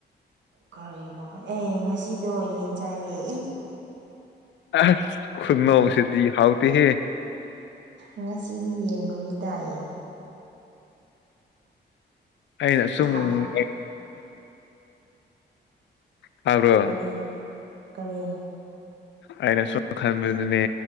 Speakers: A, on the right; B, on the left.
A: ꯀꯔꯤꯅꯣ ꯑꯦ ꯉꯁꯤꯗꯣ ꯌꯦꯟ ꯆꯥꯏꯌꯦ
B: ꯑꯁ ꯈꯨꯅꯣꯁꯤꯗꯤ ꯍꯥꯎꯇꯤꯍꯦ
A: ꯉꯁꯤꯗꯤ ꯌꯦꯟ ꯅꯨꯃꯤꯠ ꯇꯥꯏꯌꯦ
B: ꯑꯩꯅ ꯁꯨꯝ
A: ꯊꯥꯡ
B: ꯇꯥꯕ꯭ꯔꯣ
A: ꯀꯔꯤ ꯀꯔꯤ
B: ꯑꯩꯅ ꯁꯨꯝ ꯈꯕꯗꯨꯅꯦ